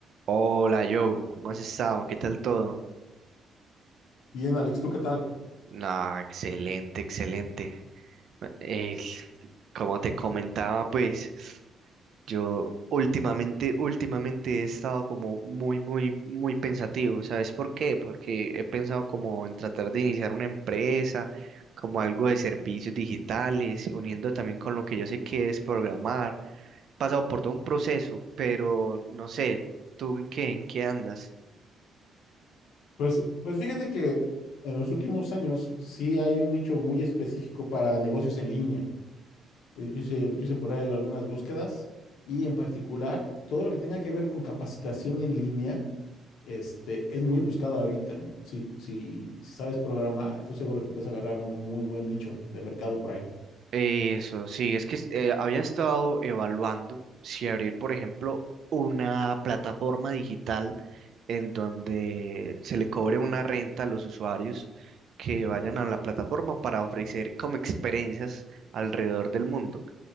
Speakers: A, on the right (about 60°); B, on the left (about 80°).
A: Hola Joe, ¿cómo has estado? ¿Qué tal todo?
B: Bien, Alex, ¿tú qué tal?
A: Ah, excelente, excelente. Eh, como te comentaba, pues yo últimamente, últimamente he estado como muy, muy, muy pensativo. ¿Sabes por qué? Porque he pensado como en tratar de iniciar una empresa, como algo de servicios digitales, uniendo también con lo que yo sé que es programar. He pasado por todo un proceso, pero no sé, ¿tú en qué, en qué andas?
B: Pues, pues fíjate que en los últimos años sí hay un nicho muy específico para negocios en línea. Eh, Yo hice, yo hice por ahí algunas búsquedas y en particular todo lo que tenga que ver con capacitación en línea este, es muy buscado ahorita, ¿no? Si, si, si sabes programar, estoy seguro que puedes agarrar un muy buen nicho de mercado por ahí.
A: Eso, sí, es que eh, había estado evaluando si abrir, por ejemplo, una plataforma digital en donde se le cobre una renta a los usuarios que vayan a la plataforma para ofrecer como experiencias alrededor del mundo.